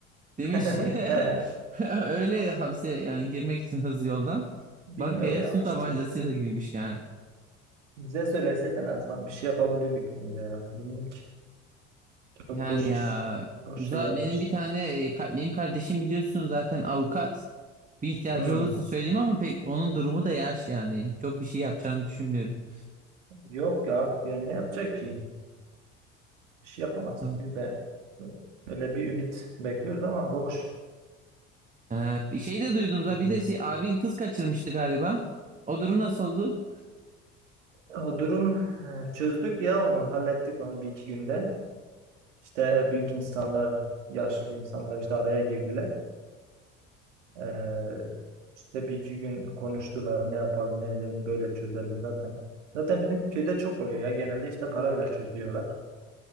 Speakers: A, on the right; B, on the right.
A: Demiş
B: <laughs>
A: <laughs>
B: He.
A: öyle hapse yani girmek için hızlı yoldan
B: Bilmiyor
A: bankaya
B: ya
A: su
B: işte.
A: tabancasıyla girmiş yani.
B: Bize söyleseydin en azından bir şey yapabilirdik bence ya. Bilmiyorum ki. Çok
A: Yani
B: boş
A: ya
B: iş. Boş
A: zaten
B: şey yapmış.
A: benim bir tane e, ka- benim kardeşim biliyorsun zaten avukat. Bir ihtiyacı
B: Hmm.
A: olursa söyleyeyim ama pek onun durumu da yaş yani. Çok bir şey yapacağını düşünmüyorum.
B: Yok ya. Yani ne yapacak ki? Bir şey yapamaz
A: Ha,
B: ki. Biz de öyle bir ümit bekliyoruz ama boş.
A: e, Bir şey de duydum zaten
B: Hmm.
A: bir de şey, abin kız kaçırmıştı galiba. O durum nasıl oldu?
B: O durum e, çözdük ya onu. Hallettik onu bir iki günde. İşte büyük insanlar, yaşlı insanlar işte araya girdiler. Ee, işte bir iki gün konuştular. Ne yapalım, ne edelim, böyle çözelim zaten. Zaten bizim köyde çok oluyor ya. Genelde işte parayla çözüyorlar.